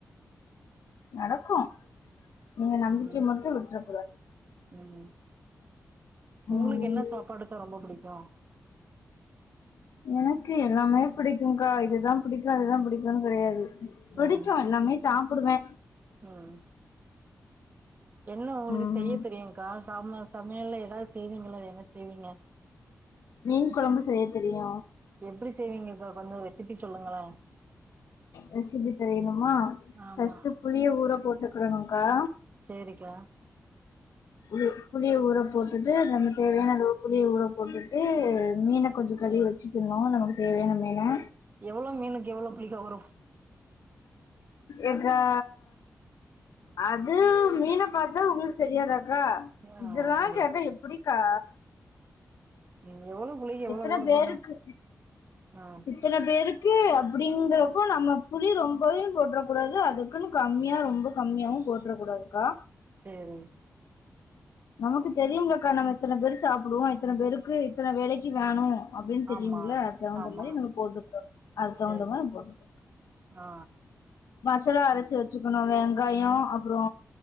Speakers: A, on the left (about 75°); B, on the right (about 30°).
A: நடக்கு நீங்க நம்பிக்கய
B: ம்
A: மட்டு விட்றக்கூடாது
B: ம் ஒங்களுக்கு
A: ம்
B: என்ன சாப்பாடுக்கா ரொம்ப புடிக்கு
A: எனக்கு எல்லாமே பிடிக்கூகா இதுதா பிடிக்கு அதுதா பிடிக்கும்னு கெடையாது
B: ம்
A: பிடிக்கு எல்லாமே சாப்பிடுவே
B: ம் என்ன ஒங்களுக்கு
A: ம்
B: செய்ய தெரியுங்கா சம சமயல்ல ஏதாது செய்வீங்கள்ள அது என்ன செய்வீங்க
A: மீன் கொழம்பு செய்ய தெரியு
B: எப்டி செய்வீங்கக்கா கொஞ்சோ ரெசிபி சொல்லுங்களே
A: ரெசிபி தெரியணுமா
B: ஆமா
A: ஃபஸ்ட்டு புளிய ஊற போட்டுக்கெடணுக்கா
B: சேரிக்கா
A: புளி புளிய ஊற போட்டுட்டு நம்ம தேவயான அளவு புளிய ஊற போட்டுட்டு மீன கொஞ்சோ கழுவி வச்சிக்கிட்ணு நமக்கு தேவயான மீன
B: எவ்ளோ மீனுக்கு எவ்ளோ புளிக்கா வரு
A: எக்கா அது மீன பாத்தா ஒங்களுக்கு தெரியாதா க்கா
B: ஆ
A: இதெல்லா
B: அப்டி
A: கேட்டா எப்டிக்கா
B: ம் எவ்ளோ புளி எவ்ளோ
A: எத்தன
B: ஊர
A: பேருக்கு
B: போடனு ஆ
A: இத்தன பேருக்கு அப்டிங்கிறப்போ நம்ம புளி ரொம்பயு போட்றக்கூடாது அது க்குன்னு கம்மியா ரொம்ப கம்மியாவு போட்ற கூடாதுக்கா
B: சேரி
A: நமக்கு தெரியும்லக்கா நம்ம இத்தன பேரு சாப்டுவோ இத்தன பேருக்கு இத்தனை வேலைக்கு வேணு அப்டின்னு தெரியும்ல
B: ஆமா
A: அது தகுந்த
B: ஆமா
A: மாரி நம்ம போட்டுக்ணு அது தகுந்தா
B: சேரி
A: மாரி நம்ம போட்டுக்ணு
B: ஆ
A: மசாலா அரைச்சி வெச்சுக்கனோ வெங்காயோ அப்றோ